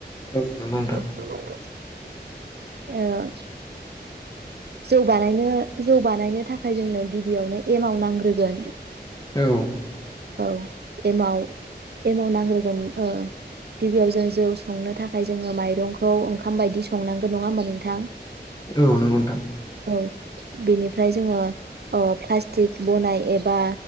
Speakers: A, on the left (about 20°); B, on the right (about 65°).
A: औ नंगौ नोंथां
B: औ औ जौ बानायनो जौ बानायनो थाखाय जोंनो गिबियावनो एमाव नांग्रोगोन
A: औ
B: औ एमाव एमाव नांग्रोगोन ओ गिबियाव जों जौ संनो थाखाय जोंङो माइरंखौ ओंखाम बायदि संनां गोन नङा होमबा नोंथां
A: औ नोंगौ नोंथां।
B: औ बिनिफ्राय जोङो ओ प्लास्टिक बनाय एबा